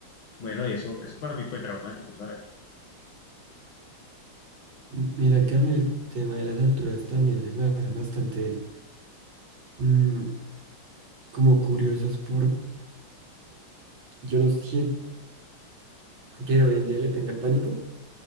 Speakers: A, on the left; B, on the right.
A: Bueno, y eso, eso para mí fue traumático, ¿sabes?
B: M- Mira
A: Sí,
B: que a mí el tema de las alturas también se me hacen bastante mm, como curiosos porque yo no siento que hoy en día le tenga pánico.